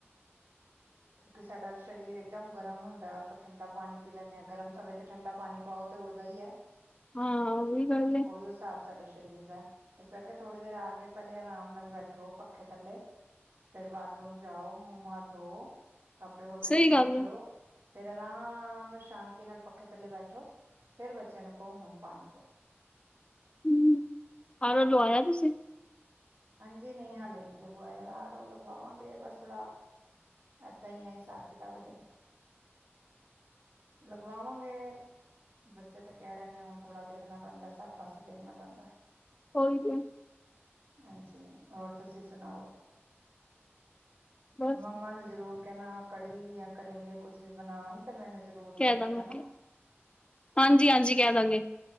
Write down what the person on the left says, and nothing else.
ਹਾਂ ਉਹੀ ਗੱਲ ਏ
ਸਹੀ
ਗੱਲ
ਏ
ਹੂੰ-ਹੂੰ, ਆਰੋ, ਲੋਆਇਆ ਹੈ ਤੁਸੀਂ?
ਉਹੀ ਤੇ।
ਬਸ
ਕਹਿ
ਦੇਗਾ
ਹਾਂਜੀ ਹਾਂਜੀ ਕਹਿ ਦਾਂਗੇ।